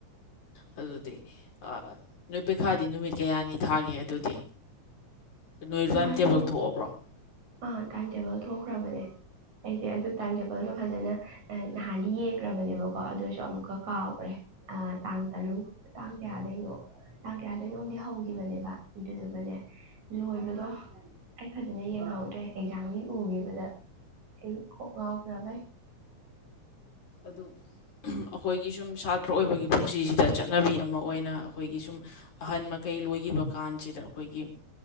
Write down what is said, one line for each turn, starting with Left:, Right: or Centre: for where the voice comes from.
Left: ꯑꯗꯨꯗꯤ ꯅꯣꯏ ꯄꯩꯈꯥꯗꯤ ꯅꯨꯃꯤꯠ ꯀꯌꯥꯅꯤ ꯊꯥꯒꯦ ꯑꯗꯨꯗꯤ ꯅꯣꯏ ꯇꯥꯏꯝ
Right: ꯀꯩꯈꯥ
Left: ꯇꯦꯕꯜ
Right: ꯅꯨꯃꯤꯠ
Left: ꯊꯣꯛꯑꯕ꯭ꯔꯣ
Right: ꯑꯥ ꯇꯥꯏꯝ ꯇꯦꯕꯜ ꯊꯣꯛꯈ꯭ꯔꯕꯅꯦ ꯑꯩꯁꯦ ꯑꯗꯨ ꯇꯥꯏꯝ ꯇꯦꯕꯜꯗꯣ ꯐꯖꯅ ꯅꯍꯥꯟꯗꯤ ꯌꯦꯡꯈ꯭ꯔꯕꯅꯦꯕꯀꯣ ꯑꯗꯨꯁꯨ ꯑꯃꯨꯛꯀ ꯀꯥꯎꯈ꯭ꯔꯦ ꯇꯥꯡ ꯇꯔꯨꯛ ꯇꯥꯡ ꯀꯌꯥꯗꯩꯅꯣ ꯇꯥꯡ ꯀꯌꯥꯗꯩꯅꯣꯝꯗꯤ ꯍꯧꯦ ꯈꯤꯕꯅꯦꯕ ꯑꯗꯨꯗꯨꯒꯅꯦ ꯂꯣꯏꯕꯗꯣ ꯑꯩ ꯐꯖꯅ ꯌꯦꯡꯍꯧꯗ꯭ꯔꯦ ꯑꯦꯛꯖꯥꯝꯒꯤ ꯎꯈꯤꯕꯗ ꯑꯩ ꯀꯣꯛ ꯉꯥꯎꯈ꯭ꯔꯕꯩ
Left: ꯑꯗꯨ ꯑꯩꯈꯣꯏꯒꯤ ꯁꯨꯝ ꯁꯥꯇ꯭ꯔ ꯑꯣꯏꯕꯒꯤ ꯄꯨꯟꯁꯤꯁꯤꯗ ꯆꯠꯅꯕꯤ ꯑꯃ ꯑꯣꯏꯅ ꯑꯩꯈꯣꯏꯒꯤ ꯁꯨꯝ ꯑꯍꯟ ꯃꯈꯩ ꯂꯣꯏꯈꯤꯕ ꯀꯥꯟꯁꯤꯗ ꯑꯩꯈꯣꯏꯒꯤ